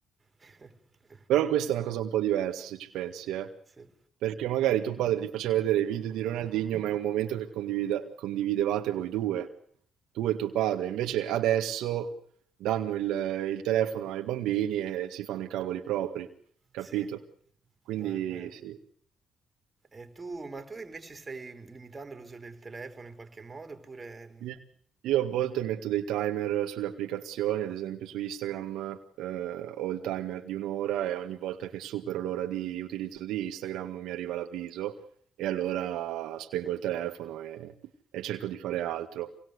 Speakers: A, on the right; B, on the right.
A: <laughs>
B: Però questa è una cosa un po' diversa se ci pensi, eh.
A: Sì.
B: Perché magari tuo padre ti faceva vedere i video di Ronaldinho, ma è un momento che condivida- condividevate voi due, tu e tuo padre. Invece adesso danno il, il telefono ai bambini e si fanno i cavoli propri, capito?
A: Sì,
B: Quindi
A: no, è vero.
B: sì.
A: E tu, ma tu invece stai limitando l'uso del telefono in qualche modo oppure...
B: Io io a volte metto dei timer sulle applicazioni, ad esempio su Instagram, eh, ho il timer di un'ora e ogni volta che supero l'ora di utilizzo di Instagram mi arriva l'avviso e allora spengo il telefono e, e cerco di fare altro.